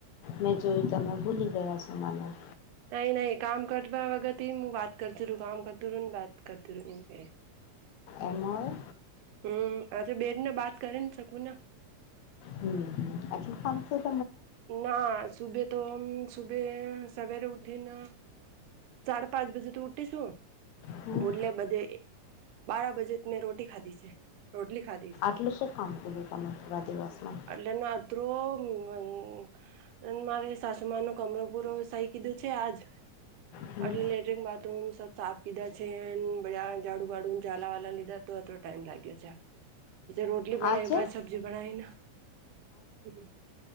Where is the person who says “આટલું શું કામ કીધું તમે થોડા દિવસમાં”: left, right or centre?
Left